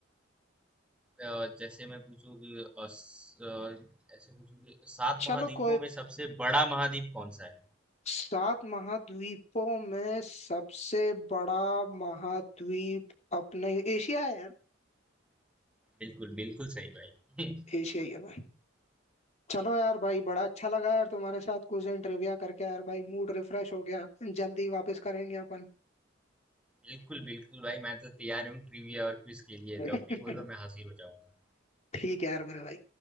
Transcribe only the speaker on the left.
चलो
कोई
सात महाद्वीपों में सबसे बड़ा महाद्वीप अपने एशिया है यार
एशिया ही है भाई चलो यार भाई बड़ा अच्छा लगा यार तुम्हारे साथ कुछ दिन ट्रिविया करके यार भाई मूड रिफ्रेश हो गया जल्दी वापस करेंगे अपन
<laughs>
ठीक है यार मेरे भाई